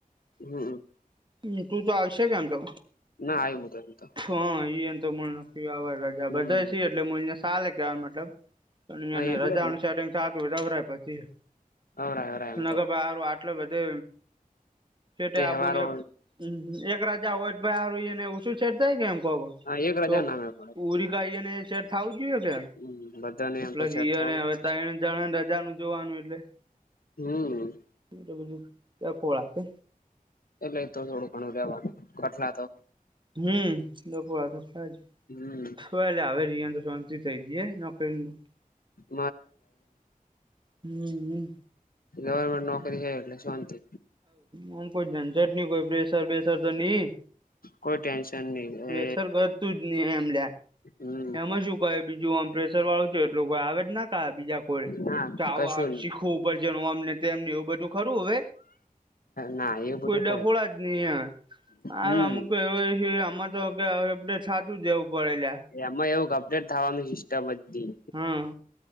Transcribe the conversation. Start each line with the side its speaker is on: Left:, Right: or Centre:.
Left: હમમ.
Right: મુઠું તો આવશે કે એમ તો
Left: ના આવ્યું તો એમ તો
Right: હા ઈએન તો મ રેઆવાર રજા
Left: હમ
Right: બધા સી એટલે મું અહીંયા સાલે કેવા મતલબ અન ઈયોન
Left: હા એટલે
Right: રજાઓનું
Left: જ ને
Right: સેટિંગ થાતું હોય તો અવરાય પછી
Left: અવરાય અવરાય એમ
Right: નક
Left: તો
Right: પાહળ વાત એટલે બધે છેટે
Left: તહેવારો
Right: આબુ ને એક હમમ એક રજા હોય તો પહી હાહરુંને ઇયેને ઓછું છેેટ થાય કે એમ કહુ હુ.
Left: હા એક રજા
Right: તો
Left: નામે પડે
Right: ઉરી કાઈ અને શેર થાવું જોઈએ કે?
Left: હમ બધાને એમ
Right: પ્લસ
Left: તો સેટ
Right: ઈયને
Left: થવું
Right: અવે
Left: જોઈએ
Right: તણ જણને રજાનું જોવાનું એટલે.
Left: હમ.
Right: એમ તો બધું તે ફળ આપે.
Left: એટલે એ થોડું ઘણું લેવાનું કઠલા તો.
Right: હમ બપોરા તો થાયન.
Left: હમ
Right: તો એલે હવે જીઆન તો શાંતિ થઈ જઈએ નોકરીનું.
Left: <unintelligible>
Right: હમ
Left: ગવર્મેન્ટ નોકરી હે એટલે. શાંતિ
Right: હઉ કોઈ ઝજટની કોઈ પ્રેશર બેસર તો નહીં.
Left: કોઈ ટેન્શન નહી
Right: પ્રેશર
Left: એ
Right: હતુ જ નહીં એમ લ્યા
Left: હમ
Right: એમાં શું. તોએ બીજું આમ પ્રેશર વાળું છે એટલું કોઈ આવે જ ના કા બીજા કોઈ
Left: ના
Right: ત આવું
Left: કશું
Right: હાહરું
Left: નહી
Right: શીખવું પડશે આમને તેમને એવું બધું ખરું અવે.
Left: ના એવું બધું
Right: કોઈ ડફોળા જ નહીંઆ. આ
Left: હમ
Right: અમુક એવું એ હે અમતો કે હવે અપડેટ થાતું જ રેવું પડે લ્યા.
Left: એમાં એવું ક અપડેટ થવાનું સિસ્ટમ જ ધી
Right: હમ.